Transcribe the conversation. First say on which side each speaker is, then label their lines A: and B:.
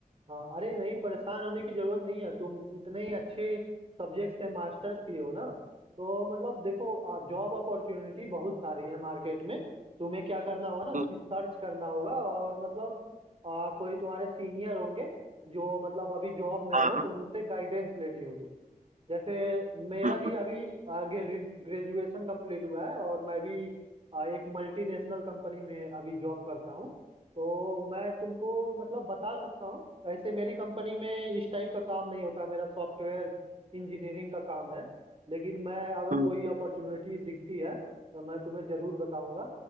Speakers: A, on the right (about 40°); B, on the right (about 55°).
A: हाँ, अरे नहीं परेशान होने की ज़रूरत नहीं है। तुम इतने अच्छे सब्जेक्ट से मास्टर्स किए हो ना, तो मतलब देखो अ, जॉब अपॉर्च्युनिटी बहुत सारी है मार्केट में। तुम्हें क्या करना होगा ना
B: हाँ,
A: सर्च करना होगा और मतलब अ, कोई तुम्हारे सीनियर होंगे जो मतलब अभी जॉब में
B: हाँ
A: हो तो उनसे गाइडेंस लेनी होगी। जैसे मेरा
B: हाँ
A: भी
B: हाँ,
A: अभी आगे ग्रेजुएशन कंप्लीट हुआ है और मैं भी अ, एक मल्टीनेशनल कंपनी में अभी जॉब करता हूँ तो मैं तुमको मतलब बता सकता हूँ वैसे मेरी कंपनी में इस टाइप का काम नहीं होता है मेरा सॉफ्टवेयर इंजीनियरिंग का काम है लेकिन मैं अगर
B: हाँ।
A: कोई अपॉर्चुनिटी दिखती है तो मैं तुम्हें ज़रूर बताऊंगा